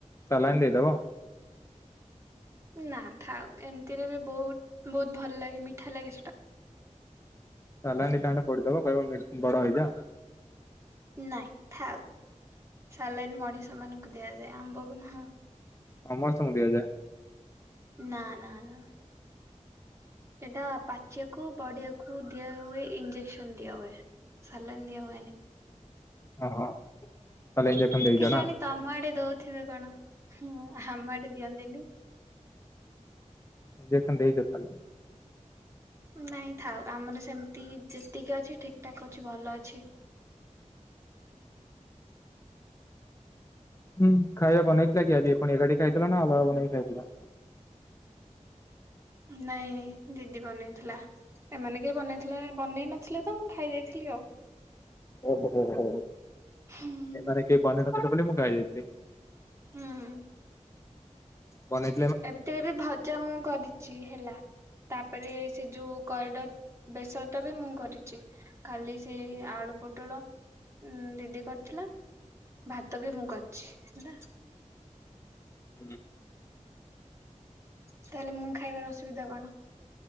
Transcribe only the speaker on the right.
ନା ଥାଉ ଏମିତିରେ ବି ବହୁତ ବହୁତ ଭଲ ଲାଗେ ମିଠା ଲାଗେ ସେଟା।
ନାଇଁ ଥାଉ, ସାଲାଇନ୍ ମଣିଷ ମାନଙ୍କୁ ଦିଆଯାଏ ଆମ୍ବକୁ ନୁହଁ।
ନା ନା ନା ସେଇଟା ପାଚିବାକୁ ବଡିଆକୁ ଦିଆ ହୁଏ, ଇଞ୍ଜେକସନ ଦିଆ ହୁଏ। ସାଲାଇନ ଦିଆ ହୁଏନି।
କେଜାଣି
ତମ ଆଡେ ଦେଉଥିବେ କଣ ହଁ ଆମ ଆଡେ ଦିଅନ୍ତିନି।
ନାଇଁ ଥାଉ ଆମର ସେମିତି ଯେତିକି ଅଛି ଠିକ ଠାକ୍ ଅଛି ଭଲ ଅଛି।
ନାଇଁ ଦିଦି ବନେଇଥିଲା। ଏମାନେ କେହି ବନେଇଥିଲେ ବନେଇ ନଥିଲେ ତ ମୁଁ ଖାଇ ଦେଇଥିଲି ଆଉ।
ହୁଁ
ହୁଁ ହଁ
ଏମିତିରେ ବି ଭଜା ମୁଁ କରିଛି ହେଲା। ତାପରେ ସେ ଯୋଉ କରିଡର ବେସରତା ବି ମୁଁ କରିଛି। ଖାଲି ସେଇ ଆଳୁ ପୋଟଳ ଦିଦି କରିଥିଲା। ଭାତ ବି ମୁଁ କରିଛି ହେଲା।
ତାହେଲେ ମୁଁ ଖାଇବାର ଅସୁବିଧା କଣ।